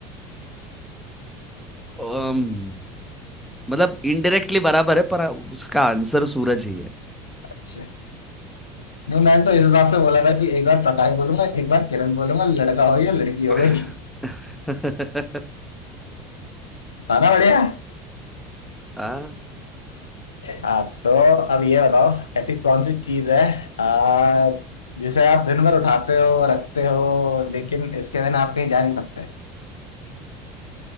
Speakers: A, in the centre; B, on the left (about 80°).
A: अम्म, मतलब इनडायरेक्टली बराबर है पर उसका आंसर सूरज ही है
B: अच्छा नहीं मैंने
A: हम्म।
B: तो इस हिसाब से बोला था कि एक बार प्रकाश बोलूंगा एक बार किरण बोलूंगा लड़का हो गया लड़की हो
A: <laughs>
B: गई था ना बढ़िया
A: हाँ
B: हाँ तो अब ये बताओ ऐसी कौन सी चीज है आ, जिसे आप दिन भर उठाते हो रखते हो लेकिन इसके बिना आप कहीं जा नहीं सकते